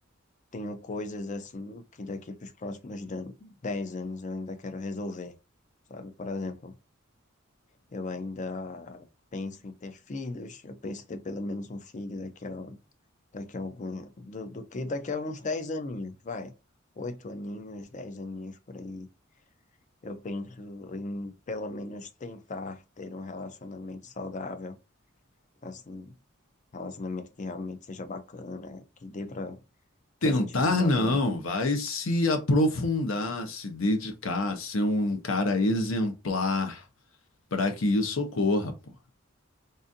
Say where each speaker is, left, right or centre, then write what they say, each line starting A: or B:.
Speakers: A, on the left; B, on the left.
A: tenho coisas assim que daqui para os próximos dan- 10 anos eu ainda quero resolver, sabe? Por exemplo, Eu ainda penso em ter filhos, eu penso em ter pelo menos um filho daqui a, daqui a algum, do, do que daqui a uns dez aninhos, vai. Oito aninhos, 10 aninhos por aí. Eu penso em pelo menos tentar ter um relacionamento saudável, assim, relacionamento que realmente seja bacana, que dê pra que
B: Tentar
A: a gente viva
B: não,
A: bem.
B: vai se aprofundar, se dedicar, ser um cara exemplar para que isso ocorra, pô.